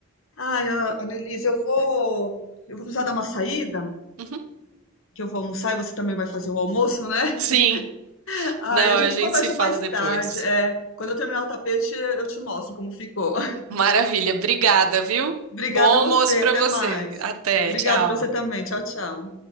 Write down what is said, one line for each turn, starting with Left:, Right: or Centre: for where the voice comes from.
Left: Ai, a- Annelise, eu vou, eu vou precisar dar uma saída,
Right: Uhum.
Left: que eu vou almoçar e você também vai fazer o almoço, né?
Right: Sim.
Left: <laughs> Ai,
Right: Não,
Left: a gente
Right: a gente
Left: conversa
Right: se fala
Left: mais
Right: depois.
Left: tarde. É, quando eu terminar o tapete, eu te mostro como ficou. <laughs>
Right: Maravilha, obrigada, viu?
Left: Obrigada
Right: Bom
Left: a
Right: almoço
Left: você,
Right: pra
Left: até
Right: você.
Left: mais.
Right: Até,
Left: Obrigada
Right: tchau.
Left: pra você também. Tchau, tchau.